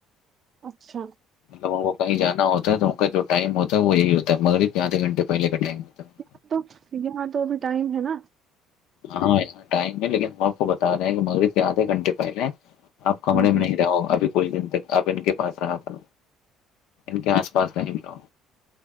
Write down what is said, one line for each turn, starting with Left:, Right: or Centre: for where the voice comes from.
Right: اچھا
Left: جب ان کو کہیں جانا ہو ہے تو ان کا جو ٹائم ہوتا وہ یہی ہوتا ہے مغرب آدھے گھنٹے پہلے کا ٹائم ہے
Right: یہاں تو یہاں تو ابھی ٹائم ہے نا
Left: ہاںاں ٹائم ہے لیکن ہم آپ کو بتا رہے ہیں کہ مغرب کے آدھے گھنٹے پہلے آپ کمرے
Right: ہاں ہاں
Left: میں نہیں رہ ہو ابھی کچھ دن تک آپ ان کے پاس رہا کرو ان کے آس پاس نہیں بھی رہ